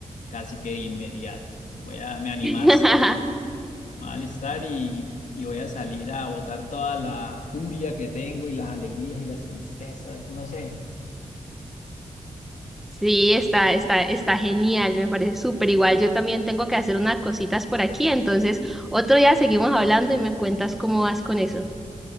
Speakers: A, on the left; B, in the centre.
A: casi que de inmediato. Voy a, me animas,
B: <laughs>
A: me voy a alistar y, y voy a salir a botar toda la furia que tengo y las alegrías y las tristezas, no sé.
B: Sí, está, está, está genial, me parece súper igual. Yo también tengo que hacer unas cositas por aquí, entonces otro día seguimos hablando y me cuentas cómo vas con eso.